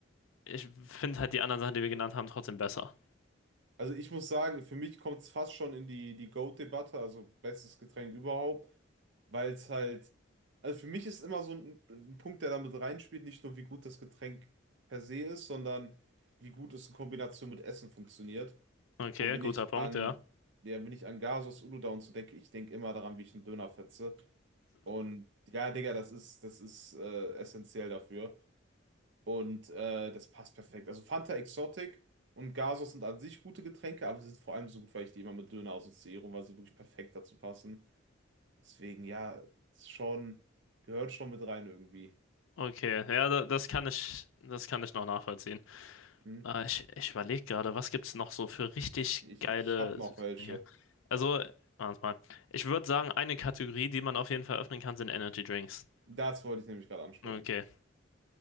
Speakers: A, on the left; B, on the right.
A: ich finde halt die anderen Sachen, die wir genannt haben, trotzdem besser.
B: also ich muss sagen, für mich kommt's fast schon in die, die GOAT-Debatte, also bestes Getränk überhaupt. weil es halt, also für mich ist immer so ein, ein Punkt, der damit reinspielt, nicht nur wie gut das Getränk per se ist, sondern wie gut es in Kombination mit Essen funktioniert.
A: Okay,
B: Und wenn
A: guter
B: ich
A: Punkt,
B: an,
A: ja.
B: ja, wenn ich an Gasos Uludağ und so denke, ich denke immer daran, wie ich einen Döner fetze. Und ja, Digga, das ist, das ist äh, essentiell dafür. Und äh, das passt perfekt. Also Fanta Exotic und Gasos sind an sich gute Getränke, aber sie sind vor allem so gut, weil ich die immer mit Döner assoziiere, und weil sie wirklich perfekt dazu passen. Deswegen, ja, ist schon, gehört schon mit rein irgendwie.
A: Okay, ja, da- das kann ich, das kann ich noch nachvollziehen.
B: Hm?
A: Äh, ich ich überlege gerade, was gibt's noch so für richtig
B: Ich,
A: geile
B: ich habe noch
A: Süßigkeiten
B: welche.
A: hier? Also, warte mal. Ich würde sagen, eine Kategorie, die man auf jeden Fall öffnen kann, sind Energy Drinks.
B: Das wollte ich nämlich gerade ansprechen.
A: Okay.